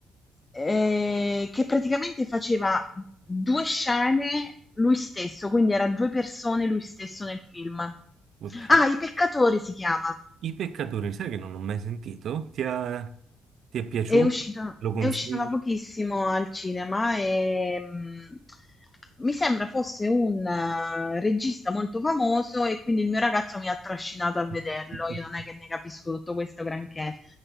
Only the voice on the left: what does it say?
eh, che praticamente faceva due scene lui stesso, quindi era due persone lui stesso nel film. Ah,
I Peccatori si chiama.
È uscito,
è uscito da pochissimo al cinema e mh, mi sembra fosse un eh, regista molto famoso e quindi il mio ragazzo mi ha trascinato a
vederlo. Io non è che ne capisco tutto questo granché,